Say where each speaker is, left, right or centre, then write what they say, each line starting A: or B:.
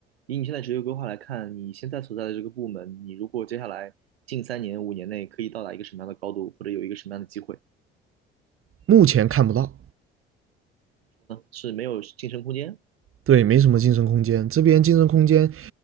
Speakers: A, on the right; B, on the right.
A: 以你现在职业规划来看，你现在所在的这个部门，你如果接下来近三年、五年内可以到达一个什么样的高度，或者有一个什么样的机会，
B: 目前看不到。
A: 是没有晋升空间？
B: 对，没什么晋升空间。这边晋升空间，